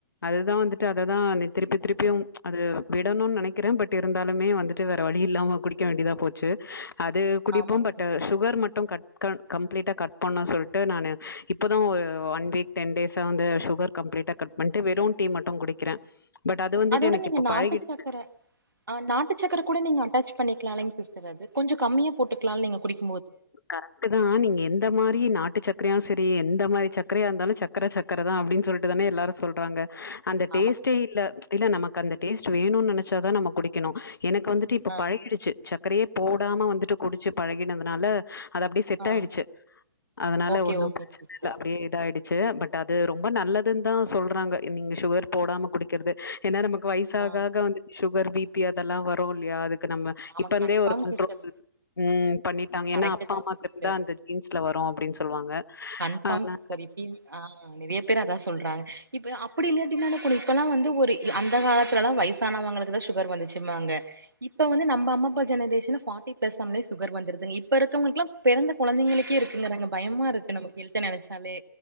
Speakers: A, on the left; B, on the right.
A: அதுதா வந்துட்டு அததா நீ திருப்பி திருப்பியு ம்ச் அது விடணுன்னு நெனைக்கிறே பட்டு இருந்தாலுமே வந்துட்டு வேற வழி இல்லாம குடிக்க வேண்டியதா போச்சு அது குடிப்போ
B: ஆமாங்க
A: பட்டு சுகர் மட்டும் கட் க்கான் கம்ப்ளீட்டா கட் பண்ண சொல்டு நானு இப்போதா ஒ ஒன் வீக் டென்டேச வந்து சுகர் கம்ப்ளீட்டா கட் பண்ணிட்டு வெறும் டீ மட்டு குடிக்கிறே பட் அது வந்துட்டு
B: அதோட
A: எனக்கு
B: நீங்க
A: இப்ப
B: நாட்டு
A: பழகிடுச்சு
B: சக்கர ஆ நாட்டு சக்கர கூட நீங்க அட்டாச் பண்ணிக்கிலாலைங் <unintelligible> கொஞ்ச கம்மியா போட்டுக்கலாலைங்க குடிக்
A: கரெக்ட்டு தா நீங்க எந்த மாரி நாட்டு சக்கரையு ஸ் செரி எந்த மாரி சக்கரையா இருந்தாலு சக்கர சக்கர தா அப்டின்னு சொல்லிட்டு தான எல்லாரு சொல்றாங்க அந்த டேஸ்ட்டே
B: ஆமா
A: இல்ல ம்ச் இல்ல நமக்கு அந்தட் டேஸ்ட் வேணும்னு நெனச்சாதா நம்ம குடிக்கணு எனக்கு வந்துட்டு இப்ப
B: ஆ
A: பழகிடுச்சு சக்கரையேப் போடாம வந்துட்டு குடிச்சு பழகினங்கனால அது அப்டியே செட்
B: ஆ
A: ஆயிடுச்சு அதனால
B: ஓகே
A: ஒன்னு
B: ஓகேங்
A: பிரச்சன
B: சிஸ்டர்
A: இல்ல அப்டியே இதாயிடுச் ச்சே பட்டு அது ரொம்ப நல்லதுன்னு தான் சொல்றாங்க நீங்க சுகர் போடாம குடிக்கிறது ஏன்னா நமக் க்கு வைசாக
B: ஆ
A: ஆக வந் <unintelligible> சுகர் பிபி அதெல்லா வரும் இல்லையா அதுக் க்கு நம்ம
B: ஆமா
A: இப்பந்தே
B: கன்ஃபார்ம்
A: ஒரு கண்ட்ரோல்
B: சிஸ்டர்
A: ம் பண்ணிட்டாங்க
B: கரெக்ட்டு
A: ஏன்னா அப் அப்ப
B: தாங்
A: அம்மாக்கு
B: சிஸ்டர்
A: இருந்தா அந்த ஜீன்ஸ்ல வரும் அப்டின்னு சொல்லுவாங்க
B: கன்ஃபார்ம்
A: அதனா
B: சிஸ்டர் <unintelligible> அ, நெறைய பேர் அதா சொல்றாங்க இப்ப அப்டி இல்லாட்டினாலு கூட இப்பெல்லா வந்து ஒரு அந்த காலத்துல எல்லா வயசானவங்களுக்கு தான் சுகர் வந்துச்சுப்பாங்கப்ப வந்து நம்ம அம்மாப்பா ஜெனரேஷன் ஃபார்டி பிளஸ் ஆனாலே சுகர் வந்துருதுங்க இப்ப இருக்கவங்களுக்குல்லா பிறந்த கொழந்தைங்களுக்கே இல்லறங்க பயமா இருக்கு. நமக் ஹெல்த்த நெனைச்சாலே